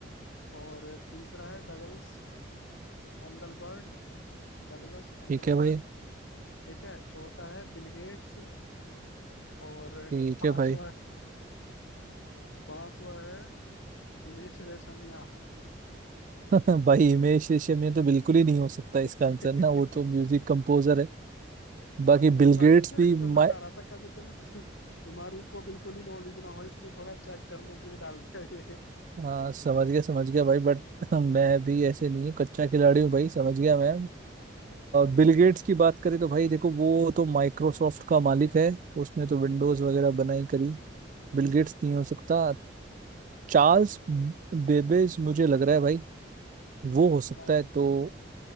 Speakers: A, on the left; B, on the right.
A: और तीसरा है डगलस एंगलबर्ट डगलस एंगलबर्ट
B: ठीक है भाई
A: ठीक है चौथा है बिल गेट्स और
B: ठीक
A: पांचवा
B: है भाई
A: पांचवा है हिमेश रेशमिया
B: <laughs> भाई हिमेश रेशमिया ये तो बिल्कुल ही नहीं हो सकता इसका
A: <laughs>
B: आंसर ना वो तो म्यूजिक कंपोजर है बाकी
A: मैं
B: बिल
A: भाई
B: गेट्स
A: चेक
B: भी
A: करना
B: मैं
A: चाह रहा था कभी तुम तुम्हारी को बिल्कुल ही नॉलेज ना हो इसलिए थोड़ा चेक करने के लिए डाल दिया ये
B: हाँ, समझ गया समझ गया भाई बट <laughs> मैं भी ऐसे नहीं हूँ कच्चा खिलाड़ी हूँ भाई समझ गया मैं बिल गेट्स की बात करें तो भाई देखो वो तो माइक्रोसॉफ्ट का मालिक है उसने तो विंडोज वगैरह बनाई करी बिल गेट्स नहीं हो सकता चार्ल्स बेबेज मुझे लग रहा है भाई वो हो सकता
A: नहीं
B: है तो,